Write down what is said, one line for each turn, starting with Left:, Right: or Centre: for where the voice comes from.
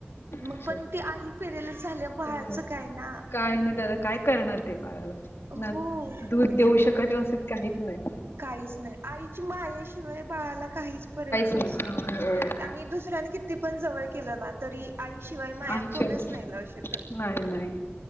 Right: मग
Left: अच्छा
Right: पण ती आई पॅरालिसिस झाल्याव बाळाचं
Left: खरंच आहे.
Right: काय ना.
Left: काय नाही त्याला, काय करणार ते बाळाला?
Right: हो
Left: ना दूध देऊ शकत व्यवस्थित काहीच नाही.
Right: काहीच नाही, आईची मायाशिवाय बाळाला काहीच पर्याय नसतो.
Left: नाही हा
Right: आणि दुसऱ्यानी कितीपण जवळ केलं ना, तरी आई शिवाय माया
Left: आई
Right: कोणच
Left: शब्द
Right: नाही लावू शकत.
Left: नाही नाही.